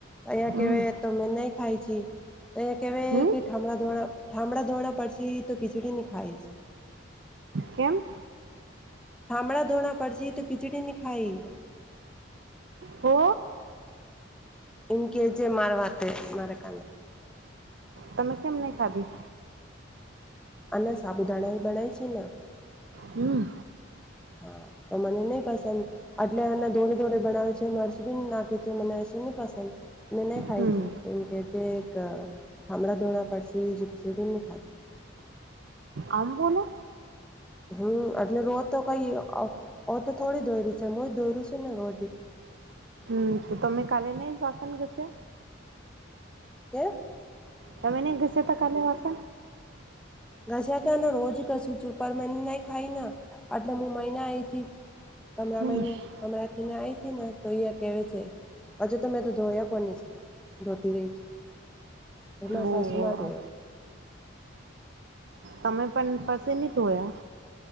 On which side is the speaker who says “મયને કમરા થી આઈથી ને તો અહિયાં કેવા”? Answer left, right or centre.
Centre